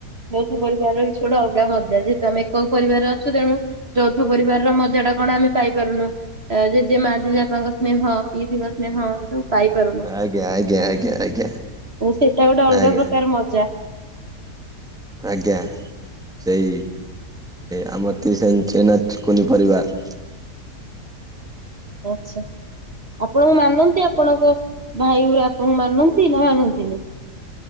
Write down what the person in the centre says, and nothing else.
ଆଜ୍ଞା ଆଜ୍ଞା ଆଜ୍ଞା ଆଜ୍ଞା
ଆଜ୍ଞା
ଆଜ୍ଞା। ସେଇ ଆମର ସେମି ମିତି କୁନି ପରିବାର